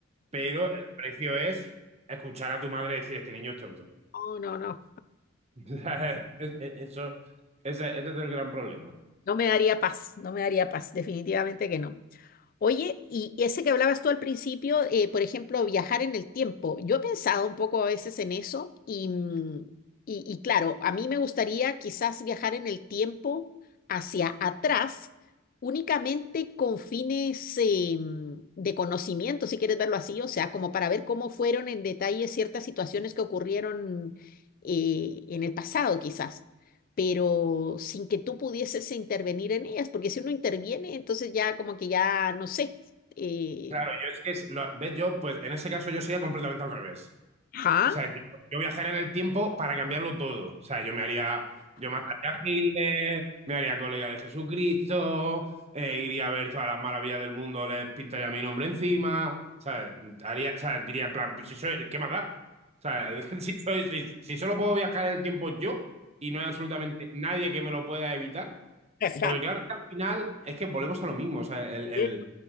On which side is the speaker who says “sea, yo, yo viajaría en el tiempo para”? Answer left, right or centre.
Right